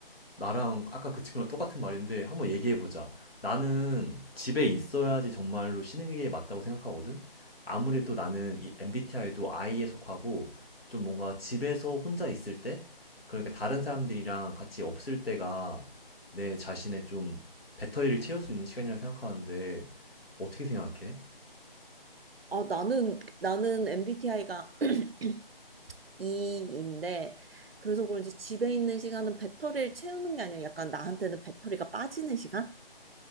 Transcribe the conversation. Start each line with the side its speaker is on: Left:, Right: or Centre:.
Left: 나랑 아까 그 친구랑 똑같은 말인데 한번 얘기해보자. 나는 집에 있어야지
Right: 음.
Left: 정말로 쉬는 게 맞다고 생각하거든? 아무래도 나는 이 MBTI도 I에 속하고 좀 뭔가 집에서 혼자 있을 때? 그러니까 다른 사람들이랑 같이 없을 때가 내 자신의 좀 배터리를 채울 수 있는 시간이라 생각하는데 어떻게 생각해?
Right: 아, 나는, 나는 MBTI가 <clears throat> E인데, 그래서 그런지 집에 있는 시간은 배터리를 채우는 게 아니라 약간 나한테는 배터리가 빠지는 시간이라서.